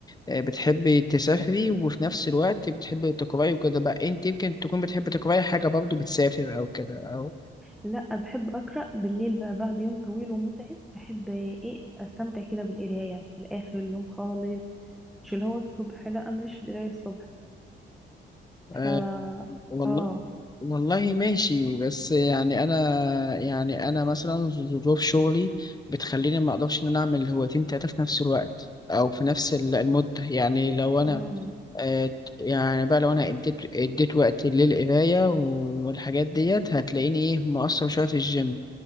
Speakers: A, on the left; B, in the centre.
A: آه، بتحبي تسافري وفي نفس الوقت بتحبي تقراي وكده بقى انت يمكن تكون بتحبي تقراي حاجه برضو بتسافر او كده او
B: لا بحب اقرا بالليل بقى بعد يوم طويل ومتعب بحب ايه استمتع كده بالقراية في الاخر اليوم خالص مش اللي هو الصبح لا ماليش في القراية الصبح
A: آه،
B: ف
A: والله
B: اه
A: والله ماشي بس يعني انا يعني انا مثلا ظروف شغلي بتخليني ما اقدرش ان انا اعمل هوايتين تلاته في نفس الوقت او في نفس ال- المده يعني لو انا
B: امم
A: آه، يعني بقى لو انا اديت اديت وقت للقرايه والحاجات ديت هتلاقيني ايه مقصر شويه في الجيم